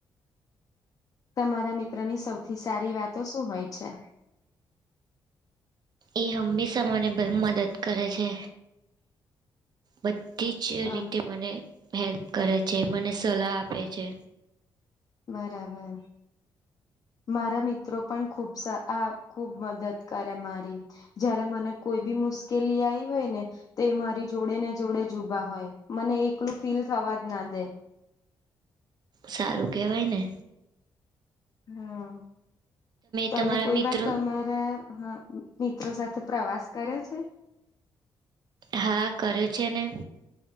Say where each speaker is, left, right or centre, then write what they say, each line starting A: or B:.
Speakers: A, on the left (about 45°); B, on the right (about 55°).
A: તમારા મિત્રો ની સૌથી સારી વાતો શું હોય છે?
B: એ હંમેશા મને મદદ કરે છે. બધી જ
A: હ
B: રીતે મને હેલ્પ કરે છે, મને સલાહ આપે છે.
A: બરાબર મારા મિત્રો પણ ખુબ આ ખુબ મદદ કરે મારી જયારે મને કોઈ બી મુશ્કેલી આવી હોય ને તો મારી જોડે ને જોડે જ ઉભા હોય મને એકલું ફીલ થવા જ ના દે
B: સારું કેવાય ને
A: હા તમે
B: તમારા
A: કોઈ
B: મિત્રો
A: વાર તમારા મિત્રો સાથે પ્રવાસ કરયો છે?
B: હા કર્યૉ છે ને.